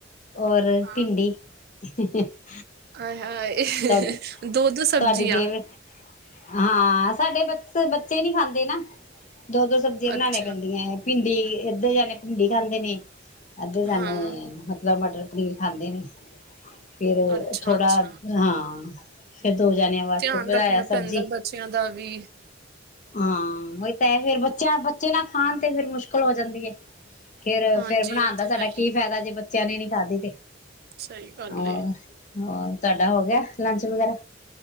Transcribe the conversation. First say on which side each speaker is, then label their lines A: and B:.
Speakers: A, on the left; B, on the right.
A: ਹੋਰ
B: ਹਾਂ
A: ਭਿੰਡੀ। <unintelligible>
B: ਆਏ ਹਾਏ
A: ਤੁਹਾਡੀ
B: ਦੋ-ਦੋ ਸਬਜ਼ੀਆਂ।
A: ਤੁਹਾਡੀ ਫੇਵਰੇਟ ਹਾਂ, ਸਾਡੇ ਬ ਬੱਚੇ ਨੀ ਖਾਂਦੇ ਨਾ। ਦੋ-ਦੋ ਸਬਜ਼ੀਆਂ ਬਨਾਨੇ
B: ਅੱਛਾ
A: ਪੈਂਦੀਆਂ ਐ। ਭਿੰਡੀ ਏਧਰ ਜਾਣੇ ਭਿੰਡੀ ਖਾਂਦੇ ਨੇ ਅਧੇ ਜਾਣੇੇ
B: ਹਾਂ
A: ਮਤਲਬ ਮਟਰ ਪਣੀਰ ਖਾਂਦੇ ਨੀਂ ਫਿਰ
B: ਅੱਛਾ
A: ਥੋੜਾ,
B: ਅੱਛਾ
A: ਹਾਂ। ਫਿਰ ਦੋ ਜਾਣਿਆਂ ਵਾਸਤੇ
B: ਧਿਆਨ
A: ਬਣਾਇਆ
B: ਰੱਖਣਾ
A: ਸਬਜ਼ੀ।
B: ਪੈਂਦਾ ਬੱਚਿਆਂ ਦਾ ਵੀ
A: ਹਾਂ, ਉਹੀ ਤੇ ਫੇਰ ਬੱਚਿਆਂ ਬੱਚੇ ਨਾ ਖਾਣ ਤੇ ਫਿਰ ਮੁਸ਼ਕਿਲ ਹੋ ਜਾਂਦੀ ਐ। ਫੇਰ
B: ਹਾਂਜੀ
A: ਫੇਰ ਬਣਾਉਣ
B: ਉਹ
A: ਦਾ
B: ਤੇ
A: ਸਾਡਾ
B: ਹੈ
A: ਕੀ
B: ਹੀ
A: ਫਾਇਦਾ ਜੇ ਬਚ ਚਣੇ ਨੀ ਖਾਦੇ ਦੇ
B: ਸਹੀ ਗੱਲ
A: ਹੋਰ
B: ਏ
A: ਹੋਰ ਤੁਹਾਡਾ ਹੋ ਗਿਆ ਲੰਚ ਵਗੈਰਾ